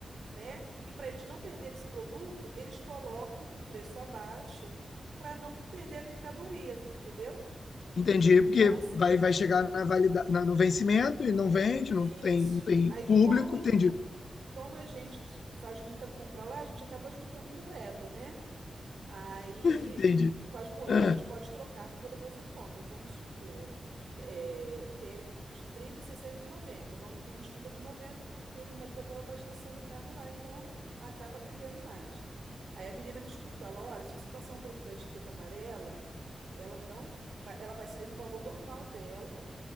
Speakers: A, on the right; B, on the left.
A: né? E para eles não perderem esse produto, eles colocam o preço abaixo para não perder a mercadoria, entendeu?
B: Entendi,
A: Então,
B: porque
A: assim,
B: vai, vai chegar na valida, na- no vencimento e não vende,
A: isso.
B: não tem, não tem
A: Aí,
B: público.
A: como,
B: Entendi,
A: como a gente faz muita compra lá, a gente acaba juntando moeda, né? Aí,
B: entendi.
A: com as moedas,
B: Ah,
A: a gente pode trocar para poder fazer compras. Vamos supor, é, tem de 30, 60 e noventa Normalmente a gente junta de 90 porque meu marido acaba abastecendo o carro lá, então acaba rendendo mais. Aí a menina me explicou, ela, olha, se você passar um produto da etiqueta amarela, ela não vai, ela vai sair no valor normal dela